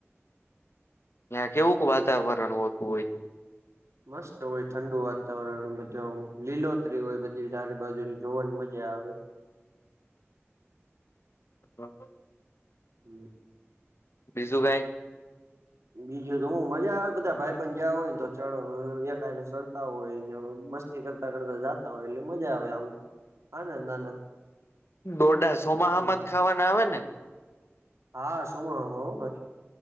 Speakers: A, on the left; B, on the right.
A: ત્યાં કેવુંક વાતાવરણ હોતુહોય
B: મસ્ત હોય ઠંડુ વાતાવરણ બધું લીલોતરી હોય બધી સારેયબાજુ જોવાની મજા આવે
A: <inaudible> <inaudible>
B: હમ.
A: બીજું કઈ?
B: બીજું તો હું મજા આવે બધા ભાઈ પણ ગયા હોયને તો ચડ એક ચડતા હોય ને મસ્તી કરતા કરતા જતા હોય એટલે મજા આવે આમ આનંદ આનંદ
A: ડોડા સોમાહા
B: હમ
A: માં જ ખાવાના આવે ને?
B: હા સોમાહામા હો ભાઈ.